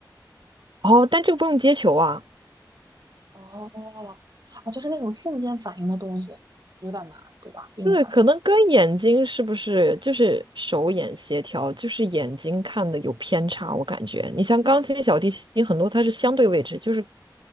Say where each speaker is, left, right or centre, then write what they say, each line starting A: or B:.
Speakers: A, on the right; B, on the right.
A: 哦，但这个不用接球啊。
B: 哦，啊，就是那种瞬间反应的东西，有点难，对吧？对你来说，
A: 对，可能跟眼睛是不是就是手眼协调，就是眼睛看的有偏差，我感觉。你像钢琴、小提琴，很多它是相对位置，就是